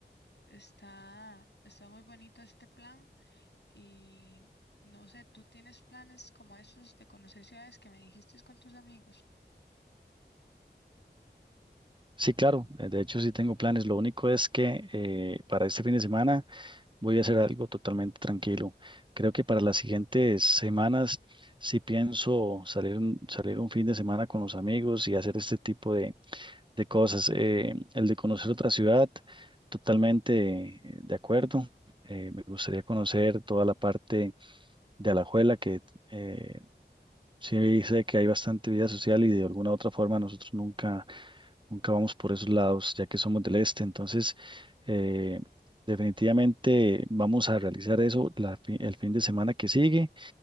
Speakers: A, on the left; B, on the right.
A: Está, está muy bonito este plan. Y no sé, ¿tú tienes planes como estos de conocer ciudades que me dijiste con tus amigos?
B: Sí, claro, eh, de hecho sí tengo planes. Lo único es que eh, para este fin de semana voy a hacer algo totalmente tranquilo. Creo que para las siguientes semanas sí pienso salir un, salir un fin de semana con los amigos y hacer este tipo de, de cosas. Eh, el de conocer otra ciudad, totalmente eh, de acuerdo. Eh, me gustaría conocer toda la parte de Alajuela, que eh, sí sé que hay bastante vida social y de alguna otra forma nosotros nunca nunca vamos por esos lados, ya que somos del este. Entonces, eh, definitivamente vamos a realizar eso la fi- el fin de semana que sigue.